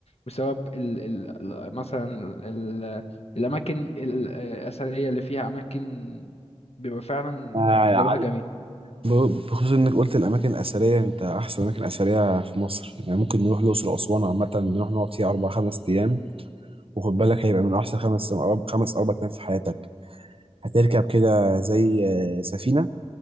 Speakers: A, on the left; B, on the right.
A: بسبب ال ال ال- مثلا ال الاماكن ال- الاثريه اللي فيها اماكن بيبقى فعلا
B: آه،
A: آه، جوها جميل
B: ب- بخصوص انك قلت الاماكن الاثريه انت احسن اماكن اثريه في مصر يعني ممكن نروح الاقصر واسوان عامه نروح نقعد فيها اربع خمس ايام وخد بالك هيبقى من احسن خمس خمس اربع ايام في حياتك هتركب كده زي آه، سفينه